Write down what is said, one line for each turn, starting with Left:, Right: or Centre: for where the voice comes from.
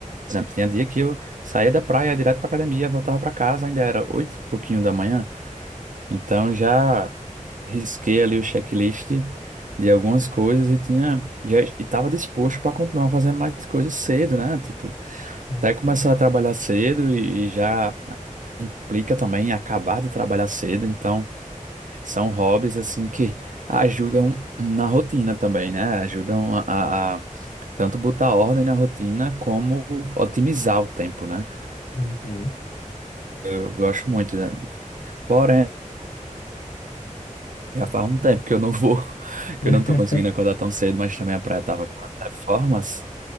Right: exemplo, tinha dia que eu saía da praia ia direto para academia, voltava para casa, ainda era oito e pouquinho da manhã. Então já risquei ali o checklist de algumas coisas e tinha já estava disposto para continuar fazendo mais coisas cedo, né? Tipo,
Left: Uhum.
Right: até começar a trabalhar cedo e e já né, implica também em acabar de trabalhar cedo. Então são hobbies assim que ajudam na rotina também, né? Ajudam a, a- a tanto botar ordem na rotina como otimizar o tempo, né?
Left: Uhum.
Right: Eu gosto muito, né? Porém, já faz um tempo que eu não vou, <laughs>
Left: <laughs>
Right: que eu não tô conseguindo acordar tão cedo, mas também a praia tava com as reformas,